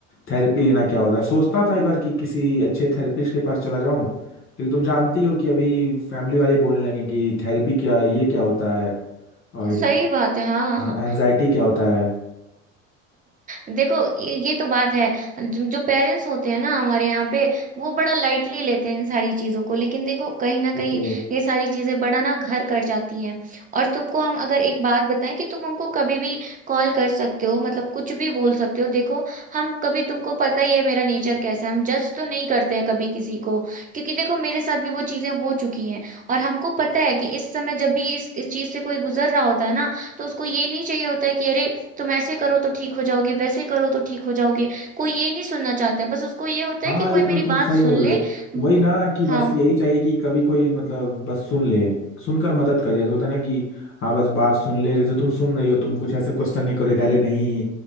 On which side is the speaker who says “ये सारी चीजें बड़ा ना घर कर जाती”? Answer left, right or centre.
Right